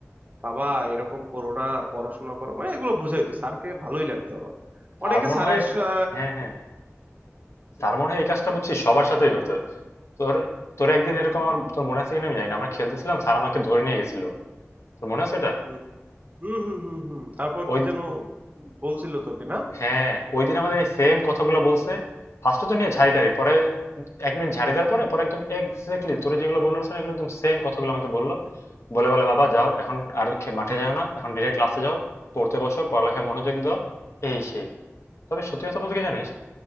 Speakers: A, on the right; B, on the left.
A: বাবা এরকম করো না পড়াশোনা করো মানে এগুলো বুঝাইতো স্যারকে ভালোই লাগতো আমার অনেকে
B: আর মনে
A: স্যারের
B: হয়
A: সা-
B: হ্যাঁ হ্যাঁ তার মনে হয় এই কাজটা বুঝছি সবার সাথেই করতে হয় তোর তোর একদিন
A: হুম
B: এরকম আমার তোর মনে আছে কিনা আমি জানি না আমরা খেলতেছিলাম স্যার আমাকে ধরে নিয়ে গেছিল তোর মনে আছে এটা
A: হুম হুম হুম হুম হুম হুম। তারপর
B: ওই
A: কি
B: দি-
A: যেন বলছিল তোকে না
B: হ্যাঁ ওই দিন আমাদের এই সেম কথাগুলো বলছে ফার্স্টে তো নিয়ে ঝাড়িটারি পরে এক মিনিট ঝাড়ি দেওয়ার পরে পরে একদম এক্স্যাক্টলি তোরে যেগুলো বললো শোনা এগুলো একদম সেম কথাগুলো আমাকে বললো বলে বলে বাবা যাও এখন আর খে- মাঠে যাও না এখন ডিরেক্ট ক্লাসে যাও পড়তে বসো পড়ালেখায় মনোযোগ দাও এই সেই তবে সত্যি কথা বলতে কি জানিস